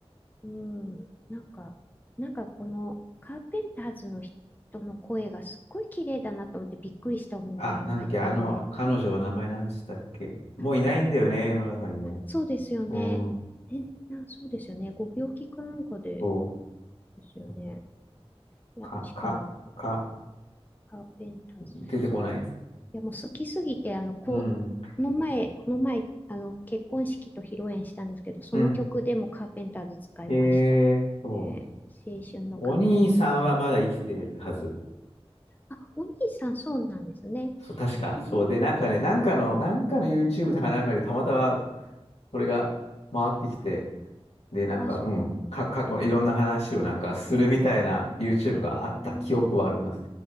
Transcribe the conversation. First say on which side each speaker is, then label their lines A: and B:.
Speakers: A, on the left (about 15°); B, on the left (about 80°).
A: うん、なんか、なんかこのカーペンターズの人の声がすっごい綺麗だなと思ってびっくりした思い出ありましたね。
B: あ、なんだっけ、あの、彼女は名前なんつったっけ。
A: うん
B: もういないんだよね、
A: あ、
B: 世の中にね。
A: あそうですよね。
B: うん、
A: え、な、そうですよね。ご病気かなんかで
B: そ
A: ですよね。
B: う。
A: いや、
B: か、
A: しかも、
B: か、か、
A: カーペンターズ
B: 出てこない。
A: いや、もう好きすぎて、あの、こう、
B: うん、
A: この前、この前、あの、結婚式と披露宴したんですけど、その曲でもカーペンターズ使いましたね。
B: うん。ええそ
A: 青春の輝きとか。
B: う。お兄さんはまだ生きているはず。
A: あ、お兄さんそうなんですね。
B: そう、確か。
A: うーん。
B: そう。で、なんかね、なんかの、なんかの YouTube だかなんかにたまたまそれが回ってきて、で、なんか、
A: あ、そうなんですね。
B: うん、か、過去のいろんな話をなんかするみたいな YouTube
A: え
B: があった記憶はあります。